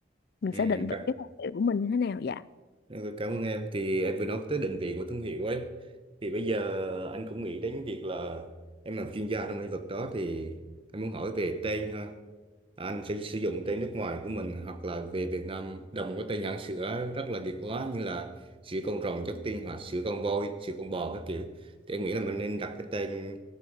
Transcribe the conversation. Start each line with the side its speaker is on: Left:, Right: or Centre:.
Left: mình
Right: ừ,
Left: sẽ định
Right: cả-
Left: vị cái thương hiệu của mình như thế nào dạ
Right: ừ, cảm ơn em thì em vừa nói tới định vị của thương hiệu ấy thì bây giờ anh cũng nghĩ đến việc là em làm chuyên gia trong lĩnh vực đó thì anh muốn hỏi về tên ha anh sẽ sử dụng tên nước ngoài của mình hoặc là về Việt Nam đồng có tên hãng sữa rất là Việt hóa như là sữa con rồng chất tiên hoặc sữa con voi sữa con bò các kiểu thì em nghĩ là mình nên đặt cái tên